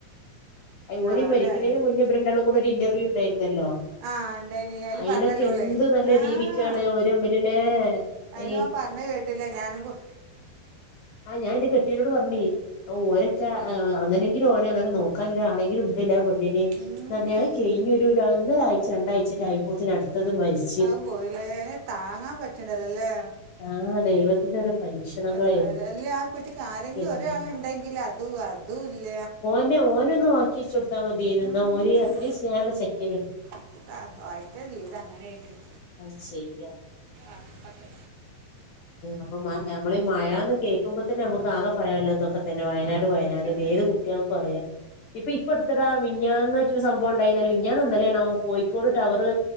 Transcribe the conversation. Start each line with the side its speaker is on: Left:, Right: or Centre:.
Left: അയ് ഓന്
Right: ആരായ
Left: മരിക്കണേന് മുന്നെ ഇവര് രണ്ടാളും കൂടെ ഒരു ഇന്റർവ്യൂ ഉണ്ടായിരുന്നല്ലോ
Right: ആഹ് ഉണ്ടേന് അയ്ല്
Left: അയിലൊക്കെ
Right: പറഞ്ഞല്ലോ
Left: എന്ത്
Right: ഓള്
Left: നല്ല
Right: ആഹ്
Left: രീതിക്കാണ് ഓര് തമ്മിലില്ലേ
Right: അതില്
Left: ഏയ്
Right: ഓൻ പറഞ്ഞ കേട്ടില്ലേ ഞാനും കൊ
Left: ആഹ് ഞാൻ എന്റെ കെട്ടിയോനോട് പറഞ്ഞ് ഓരൊക്കെ അങ്ങനെങ്കിലും ഓനെ അങ്ങനെ നോ ക്കാൻ ഒരാളെങ്കിലും ഉണ്ടല്ലോ ആ പെണ്ണിന്
Right: ഉം.
Left: ന്ന് പറഞ്ഞ കയിഞ്ഞൊരു ര ഒന്നൊരാഴ്ച രണ്ടാഴ്ചയൊക്കെ ആയപ്പോത്തിന് അടുത്തതും മരിച്ചു
Right: ആഹ് പോയില്ലേ താങ്ങാൻ പറ്റണില്ലല്ലേ
Left: ആഹ് ദൈവത്തിൻ്റെ ഓരോ പരീക്ഷണങ്ങളെ
Right: ഒരു അല്ല ആ കുട്ടിക്ക് ആരെങ്കിലും
Left: ന്റെമ്മേ
Right: ഒരാൾ ഉണ്ടെങ്കിൽ അതും അതും ഇല്ല
Left: ന്നെ ഓനെ ഒന്ന് വാക്കി വെച്ച് കൊടുത്താ മതിയാരുന്നു
Right: ഉം.
Left: എന്നാ. ഓന് അത്രയും സ്നേഹമുള്ള ചെക്കന
Right: <unintelligible> ജീവിതം അങ്ങനെ ആയിരിക്കും
Left: അഹ് ശരിയാ
Right: ആഹ് പത്ത്
Left: അപ്പൊ മ നമ്മളീ ഈ മഴാന്ന് കേൾക്കുമ്പോ തന്നെ നമുക്ക് ആകെ പറയാനുള്ളത് ഇതൊക്കെ ത തന്നെ വയനാട്
Right: ആ
Left: വയനാട്
Right: ഇതൊക്കെയാണ്
Left: ന്ന് ഏത് കുട്ടികൾക്കും അറിയാം ഇപ്പൊ ഇപ്പടുത്തടാ മിനിഞ്ഞാന്നൊരു സംഭവം ഒണ്ടായി <unintelligible> മിനിഞ്ഞാന്നോ ഇന്നലെയാണോ ആവോ പോയി ക്കോട് ടവറ്